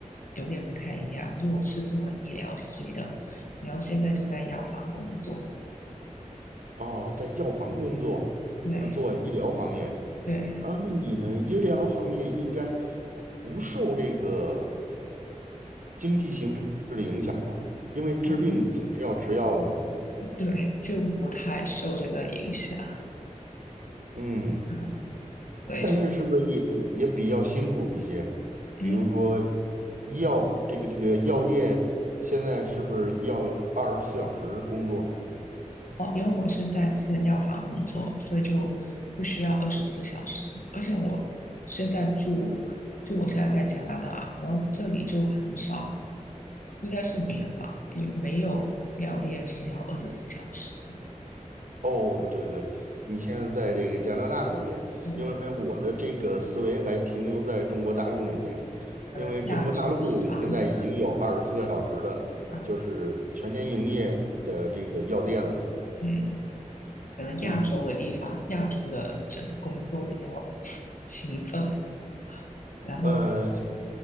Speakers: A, on the left (about 80°); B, on the right (about 75°).
A: 有点不太一样，就我是做医疗系的，然后现在就在药房工作。
B: 哦，在药房工作，
A: 对
B: 是做医疗行业。
A: 对。
B: 啊，那你们医疗行业应该不受这个经济形势的影响吧？因为治病总是要吃药的嘛。
A: 嗯对，就不太受这个影响，
B: 嗯，
A: 嗯，所以就，
B: 但是是不是也也也比较辛苦一些？比如说
A: 嗯，
B: 医药这个这个药店现在是不是要二十四小时工作？
A: 哦，因为我是在私人药房工作，所以就不需要二十四小时，而且我现在住，就我现在在加拿大，然后这里就很少，应该是没有吧，也没有药店是要二十四小时的，
B: 哦，对对对，你现在在这个加拿大那边，
A: 对，
B: 因为我的这个思维还停留在中国大陆那边，
A: 可能亚洲地方
B: 因为中国大陆现在已经有二十四小时的，
A: 啊，
B: 就是全天营业的这个药店了。
A: 嗯，可能亚洲的地方，
B: 嗯，
A: 亚洲的整工作比较 <laughs> 勤奋，然后。
B: 呃，